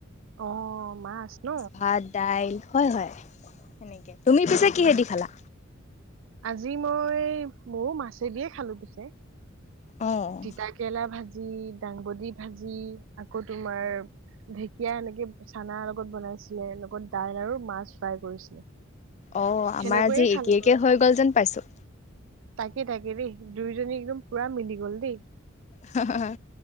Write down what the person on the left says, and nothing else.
ভাত দাইল হয়, হয় তেনেকে, তুমি পিছে কিহেদি খালা?
অ'।
অ',
আমাৰ আজি একে,
একে হৈ গ'ল যেন পাইছো।
হা! হা! হা!